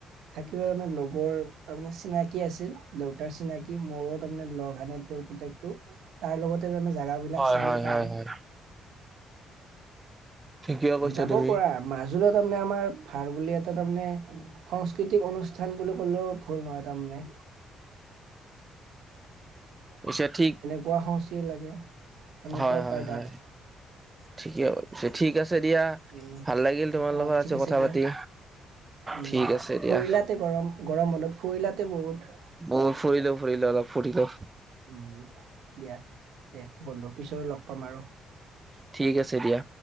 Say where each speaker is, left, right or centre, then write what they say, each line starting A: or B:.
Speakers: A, on the right (about 80°); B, on the right (about 20°).
A: থাকিলেও মানে লগৰ তাৰমানে চিনাকি আছিল দেউতাৰ চিনাকি। কি মোৰো তাৰমানে লগ হনে তেওঁৰ পপুতেকটো তাৰ লগতে তাৰমানে জোগা বিলাক
B: হয়
A: চালো
B: হয়
A: তাৰে।
B: হয় হয় ঠিকে কৈছা
A: যাব
B: তুমি
A: পৰা মাজুলী ত তাৰমানে আমাৰ ভাল বুলি এটা তাৰমানে সংস্কৃতিক অনুষ্ঠান বুলি ক'লেও ভুল নহয় তাৰমানে।
B: পিছে ঠিক।
A: খোৱা সংস্কৃতি লাগে। সেনেকুৱা
B: হয় হয়
A: পায় তাত
B: হয় ঠিকে ঠিক আছে দিয়া।
A: উম,
B: ভাল লাগিল তোমাৰ
A: অঁ
B: লগত
A: ঠিক
B: আছো
A: আছে
B: কথা
A: দিয়া
B: পাতি।
A: উম
B: ঠিক আছে দিয়া
A: ফুৰিলাতে গৰম গৰম বন্ধত ফুৰিলাতে বহুত।
B: ময়ো ফুৰিলো ফুৰিলো অলপ ফুৰিলো।
A: উম দিয়া দিয়া বন্ধুৰ পিছৰে লগ পাম আৰু।
B: ঠিক আছে দিয়া।